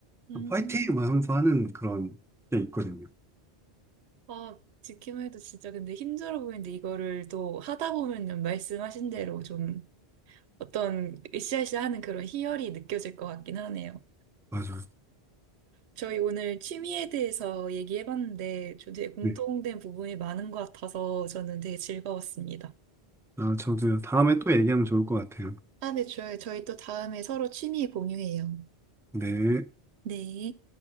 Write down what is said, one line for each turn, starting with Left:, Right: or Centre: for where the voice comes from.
Right: 음,
Centre: 파이팅 막 하면서 하는 그런 게 있거든요.
Right: 아, 듣기만 해도 진짜 근데 힘들어 보이는데 이거를 또 하다 보면은 말씀하신 대로 좀 어떤 으쌰으쌰하는 그런 희열이 느껴질 것 같긴 하네요.
Centre: 맞아요.
Right: 저희 오늘 취미에 대해서 얘기해봤는데 저 되게 공통된
Centre: 네.
Right: 부분이 많은 것 같아서 저는 되게 즐거웠습니다.
Centre: 아, 저도 다음에 또 얘기하면 좋을 것 같아요.
Right: 아, 네, 좋아요. 저희 또 다음에 서로 취미 공유해요.
Centre: 네.
Right: 네.